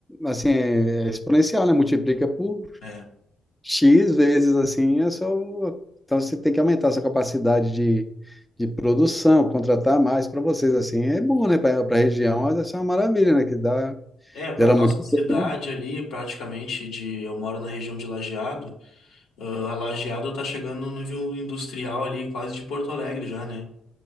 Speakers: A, in the centre; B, on the left.
A: assim, é exponencial, né? Multiplica por
B: É.
A: X vezes assim, é só. o- Então você tem que aumentar a sua capacidade de, de produção, contratar mais para vocês, assim, é bom, né? Para a região, mas essa é uma maravilha, né? Que dá,
B: É, para
A: gera
B: nossa
A: muito
B: cidade
A: emprego, né?
B: ali, praticamente de, eu moro na região de Lajeado, ah, a Lajeado tá chegando no nível industrial ali, quase de Porto Alegre já, né?